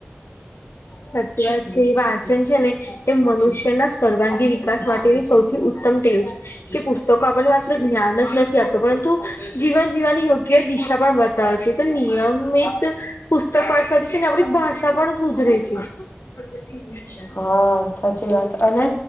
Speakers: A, on the left; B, on the left.
A: સાચ્છી વાત છે એ વાંચન છે ને એ મનુષ્યના. સર્વાંગી વિકાસ માટેની સૌથી ઉત્તમ ટેવ છે. કે પુસ્તકો આપણને માત્ર જ્ઞાન જ નથી આપત પરંતુ જીવન જીવવાની યોગ્ય દિશા પણ બતાવે છે. તો નિયમિત પુસ્તક વાચવાથી છે ને આપણી ભાષા પણ સુધરે છે. <unintelligible>
B: હા સાચી વાત અને